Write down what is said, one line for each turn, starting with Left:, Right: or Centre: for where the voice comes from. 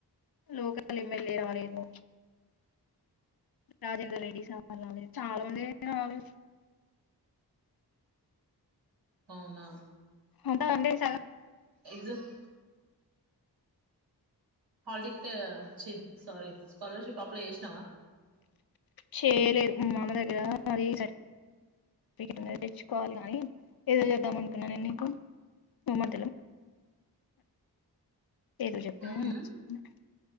Left: లోకల్ ఎమ్మెల్యే రాలేదు రాజేందర్ రెడ్డి చాలా మంది దగ్గర <unintelligible>
Right: అవునా
Left: అంట అంటే చ
Right: ఎగ్జామ్ హల్లటికెట్ చి సారీ స్కాలర్షిప్ అప్లై చేసినవా
Left: చేయలేదు మా మామ దగ్గర మరి సర్టిఫికెట్ ఉంది తెచ్చుకోవాలి కానీ నినే చేద్దామ అనుకున్న నేను నీకు ఏమో ఏదో చెప్పిన
Right: ఉమ్ ఉమ్
Left: <unintelligible>